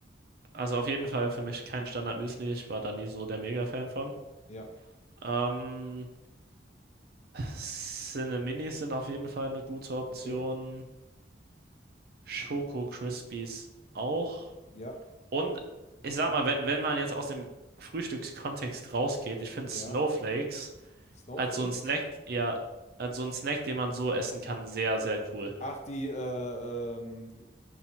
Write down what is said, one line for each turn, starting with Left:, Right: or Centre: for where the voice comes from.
Right: also auf jeden Fall für mich kein Standard-Müsli. Ich war da nie so der Mega-Fan von.
Left: Ja,
Right: Ähm, Cineminis sind auf jeden Fall eine gute Option.
Left: okay.
Right: Schoko Crispies auch.
Left: Ja,
Right: Und ich sag mal, wenn, wenn man jetzt aus dem Frühstückskontext rausgeht, ich finde
Left: ja.
Right: Snowflakes
Left: Snowflakes?
Right: als so ein Snack, ja, als so ein Snack, den man so essen kann, sehr, sehr cool.
Left: Ach, die, äh, ähm, die,